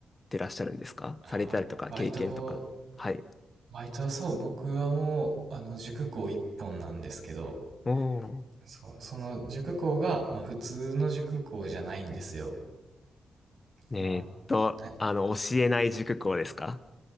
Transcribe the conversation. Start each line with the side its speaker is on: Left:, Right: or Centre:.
Left: てらっしゃるんですかされたりとか、
Right: あ、バイ、バイト、
Left: 経験とか。はい。
Right: バイトはそう、僕はもう、あの、塾講一本なんですけど、
Left: おー。
Right: そう、その塾講が、まあ普通の塾講じゃないんですよ。
Left: えーっと、
Right: まあ、はい
Left: あの、教えない塾講ですか